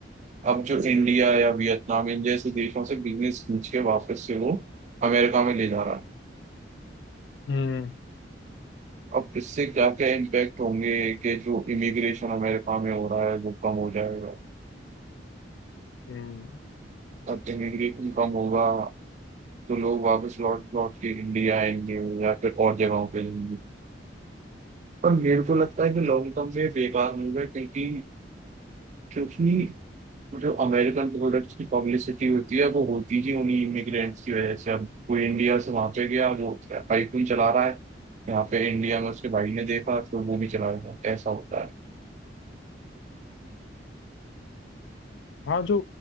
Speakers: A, on the right (about 40°); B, on the left (about 75°).
A: अब जो इंडिया या वियतनाम इन जैसे देशों से बिजनेस खींच के वापस से वो अमेरिका में ले जा रहा है
B: हम्म
A: अब इससे क्या क्या इम्पैक्ट होंगे कि जो इमिग्रेशन अमेरिका में हो रहा है वो कम हो जाएगा
B: हम्म
A: अब इमिग्रेशन कम होगा तो लोग वापस लौट लौट के इंडिया आएंगे या फिर और जगहों पे जाएंगे पर मेरे को लगता है कि लॉन्ग टर्म में बेकार होगा क्योंकि क्योंकि जो अमेरिकन प्रोडक्ट्स की पब्लिसिटी होती है वो होती ही उन्हीं इमिग्रेंट्स की वजह से अब कोई इंडिया से वहां पे गया वो आईफोन चला रहा है यहाँ पे इंडिया में उसके भाई ने देखा तो वो भी चला गया ऐसा होता है
B: हाँ जो